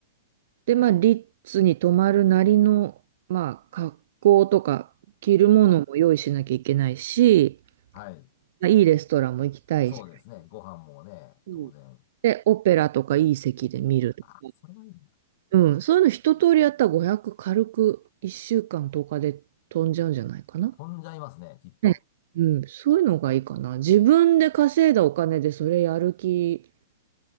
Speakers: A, on the right; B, on the left.
A: で、まあ、リッツに泊まるなりの、まあ、格好とか着るものも用意しなきゃいけないし、
B: はい。
A: まあ、いいレストランも行きたいし、
B: そうですね。ご飯もね、
A: うん。
B: 当然。
A: で、オペラとかいい席で見るとか、
B: ああ、それはいいな。
A: うん、そういうの一通りやったら500軽く1週間とおかで飛んじゃうんじゃないかな。
B: 飛んじゃいますね、きっと。
A: ねうん、そういうのがいいかな。自分で稼いだお金でそれやる気、